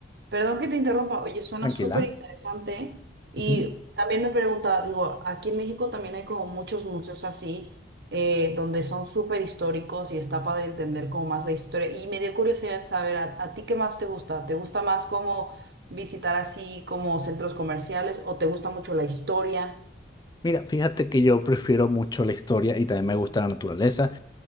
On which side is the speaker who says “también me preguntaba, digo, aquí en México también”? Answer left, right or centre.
Right